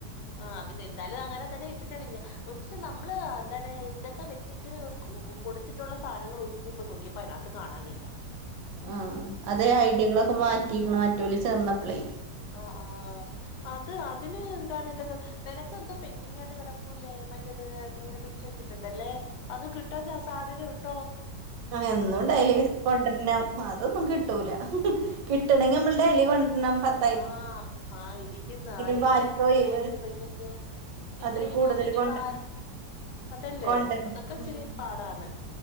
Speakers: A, on the left (about 75°); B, on the right (about 75°).
A: ആ എന്തയാലും അങ്ങനെ തന്നെ ഇട്ടിട്ടാണ് ഞാൻ ഒ നമ്മള് എന്താണ് ഇതൊക്കെ വെച്ചിട്ട് കൊടുത്തിട്ടുള്ള സാധനങ്ങൾ ഒന്നും ഇപ്പൊ നോക്കിയ പ്പ അനകത്ത് കാണാനില്ല
B: ആഹ അതെ
A: ആ
B: ഐഡിയകളൊക്കെ മാറ്റിിക്കണ മറ്റല ചേർന്നപ്പളേ
A: ആ ആ അത് അതിന് എന്താണ് ഇതൊക്കെ നിനക്ക് എന്തോ പെന്ഡിങ്ങ ആയിട്ട് കിടൂല്ലേ മറ്റേത് ആായിട്ട് ഇങ്ങനെ പിിച്ചച്ച് വെച്ചിട്ടുണ്ടല്ലേ അത് കിട്ടാൻ സാധ്യതയ ഉണ്ടോ
B: ആ എന്നുംണ്ട അല കൊണ്ടരുന്ന അതൊന്നും കിട്ടൂല കിട്ടണെങ്കി കൊ <unintelligible>
A: ആഹ ആഹ ഇരിക്കുന്നു, ആര്
B: ഇപ്പാർക്കാ
A: ഇരിക്കുന്നു ഇത്രയും
B: ഒഴിവ്
A: രൂപക്കൊക്കെ. ഇത്രയും
B: അതിൽ കൂടുതൽ
A: രൂപക്ക്
B: കൊണ്ടരണം
A: കയം അതല്ലേ
B: കൊണ്ടരണം
A: അതൊക്കെ ഇച്ചിരി
B: ഉം
A: പാടാണ്